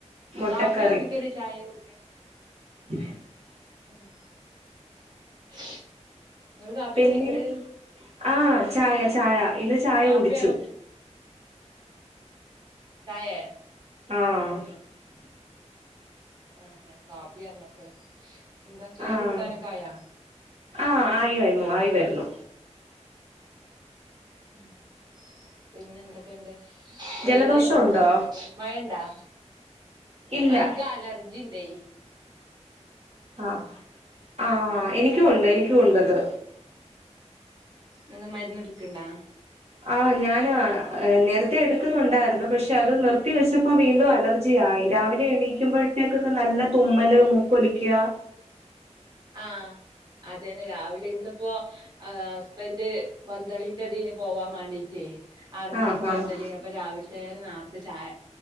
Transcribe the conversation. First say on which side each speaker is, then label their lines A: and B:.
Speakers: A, on the right; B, on the right.
A: മുട്ടക്കറി
B: കാപ്പ്യാ കുടിക്കല് ചായെ കുടിക്ക
A: <inaudible>
B: <inaudible> ഞങ്ങള് കാപ്പിയാ
A: പിന്നെ
B: കുടിക്കല്?
A: ആഹ് ചായ ചായ ഇന്ന് ചായ
B: കാപ്പിയാണോ
A: കുടിച്ചു.
B: കു ചായേ?
A: ആഹ്
B: ആഹ് ഞാൻ കാപ്പി പറഞ്ഞപ്പളെ എന്താ ചോറും
A: ആഹ്
B: കൂട്ടാനൊക്കായാ?
A: ആഹ് ആയിവരുന്നു ആയി വരുന്നു.
B: ഉം പിന്നെ എന്തൊക്കെണ്ട്? വെയില്
A: ജലദോഷം ഉണ്ടോ
B: മഴണ്ടാ?
A: ഇല്ല
B: ആഹ് ഇൻക്കലർജിണ്ടേ.
A: അഹ് ആഹ് എനി ക്കും ഉണ്ട് എനിക്കുണ്ടത്.
B: ന്നന്താ മരുന്നുടിക്ക്‌ണ്ടാ?
A: ആഹ് ഞാന് നേരത്തെ എടുക്കുന്നുണ്ടായിരുന്നു. പക്ഷെ അത് നിർത്തി വെച്ചപ്പോ വീണ്ടും അലർജിയായി രാവിലെ എണീക്കുമ്പഴ്ത്തേക്കൊക്കെ നല്ല തുമ്മല് മൂക്കൊലിക്യാ.
B: ആഹ് അതന്നെ രാവിലെ ഇന്നിപ്പോ ആ ഹസ്ബൻഡ് പന്തളിൻ്റെതിന് പോവാൻ മാണ്ടിട്ടേ ആറ് മണിക്ക്
A: ആഹ്
B: പന്തല്
A: ആഹ്
B: അപ്പൊ രാവിലെ തേനാർത്ത് ചായ്